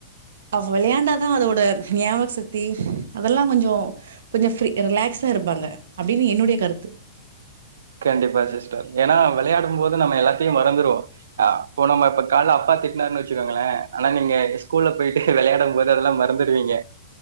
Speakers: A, on the right; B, on the right.
A: அவ் வெளையாண்டாதா அதோட ஞாபக சக்தி அதெல்லாங்கொஞ்ச கொஞ்ச ஃப்ரீ ரிலாக்ஸ்டா இருப்பாங்க அப்டின்னு என்னுடைய கருத்து
B: கண்டிப்பா சிஸ்டர் ஏனா வெளையாடும்போது நம்ம எல்லாத்தையு மறந்துருவோ அ இப்போ நம்ம இப்ப கால அப்பா திட்னாருனு வச்சுக்கோங்களே ஆனா நீங்க ஸ்கூல்ல போயிட்டு வெளையாடும் போது அதெல்லா மறந்துருவீங்க